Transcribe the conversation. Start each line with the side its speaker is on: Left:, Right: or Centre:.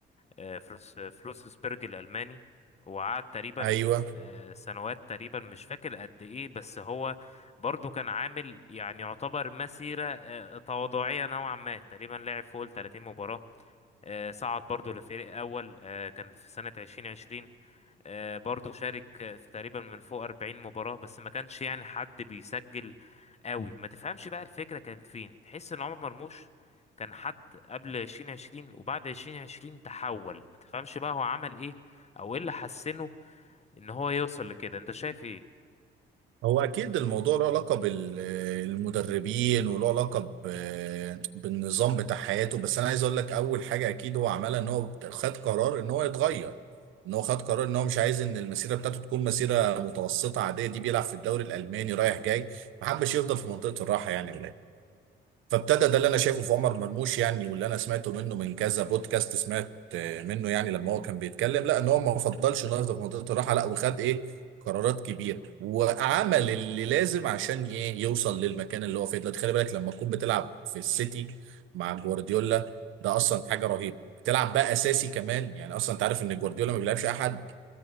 Left: آه، فلوس فلوسسبرج الالماني وقعد تقريبا
Right: أيوه
Left: آه، سنوات تقريبا مش فاكر قد ايه بس هو برضو كان عامل يعني يعتبر مسيرة آه، تواضعية نوعا ما تقريبا لعب فوق ال 30 مباراة آه، صعد برضو لفريق اول آه، كان في سنة 2020 آه، برضو شارك آه، في تقريبا من فوق 40 مباراة بس ما كانش يعني حد بيسجل قوي ما تفهمش بقى الفكرة كانت فين تحس ان عمر مرموش كان حد قبل 2020 وبعد 2020 تحول ما تفهمش بقى هو عمل ايه او ايه اللي حسنه ان هو يوصل لكده انت شايف ايه
Right: هو اكيد الموضوع له علاقه بالمدربين وله علاقه ب- بالنظام بتاع حياته بس انا عايز اقول لك اول حاجه اكيد هو عملها ان هو خد قرار ان هو يتغير ان هو خد قرار ان هو مش عايز ان المسيره بتاعته تكون مسيره متوسطه عاديه دي بيلعب في الدوري الالماني رايح جاي ما حبش يفضل في منطقه الراحه يعني فابتدى ده اللي انا شايفه في عمر مرموش يعني واللي انا سمعته منه من كذا بودكاست سمعت آه، منه يعني لما هو كان بيتكلم لا ان هو ما فضلش انه يفضل في منطقه الراحه لا وخد ايه قرارات كبيره وعمل اللي لازم عشان ايه يوصل للمكان اللي هو فيه دلوقتي خلي بالك لما تكون بتلعب في السيتي مع جوارديولا ده اصلا حاجه رهيبه بتلعب بقى اساسي كمان يعني اصلا انت عارف ان جوارديولا ما بيلعبش احد